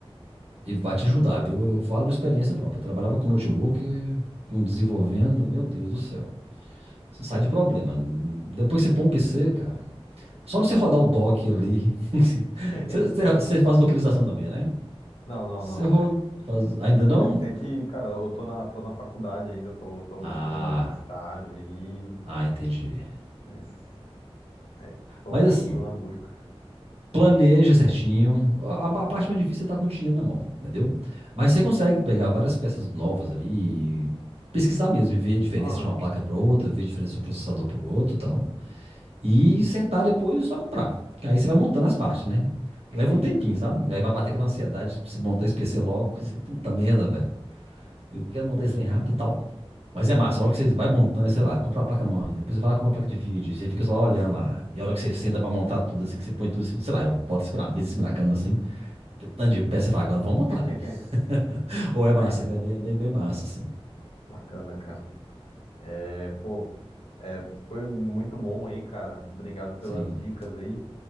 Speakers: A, on the right; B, on the left.
A: E vai te ajudar, viu? Eu falo de experiência própria. Eu trabalhava com notebook, com desenvolvendo, meu Deus do céu. Você sai de problema. Depois que você põe um PC, cara. é Só não você rodar o dock ali. <laughs>
B: <laughs>
A: Você, você- você faz dockerização também, né?
B: Não, não,
A: Você
B: não.
A: roda, faz... Ainda não?
B: É que, cara, eu tô na, tô na faculdade ainda, tô, tô
A: Ah,
B: buscando um estágio aí,
A: ah, entendi.
B: mas é, tô,
A: Mas assim,
B: tô na busca.
A: planeja certinho. A, a parte mais difícil é estar com o dinheiro na mão, entendeu? Mas você consegue pegar várias peças novas ali e pesquisar mesmo e ver a diferença
B: Aham,
A: de uma placa para outra, ver a diferença de um processador para o outro E sentar depois e só comprar. Aí você vai montando as partes, né? Leva
B: sim.
A: um tempinho, sabe? Aí vai bater aquela ansiedade pra você montar esse PC logo. <laughs> E você, puta merda, velho. Eu quero montar isso aí rápido e tal. Mas é massa, a hora que você vai montando, sei lá, compra a placa-mãe, depois você vai lá comprar a placa de vídeo, você fica só lá olhando lá. E a hora que você senta pra montar tudo, assim, que você põe tudo em cima, sei lá, eu boto em cima da mesa, em cima da cama, assim, aquele tanto de peça, você fala, agora vamos montar,
B: <laughs>
A: né? <laughs> Ou é massa,
B: Aí, bom,
A: velho, é bem, bem, bem massa, assim.
B: bacana, cara. É, pô, é, foi muito bom aí, cara. Obrigado pelas
A: Sim.
B: dicas aí,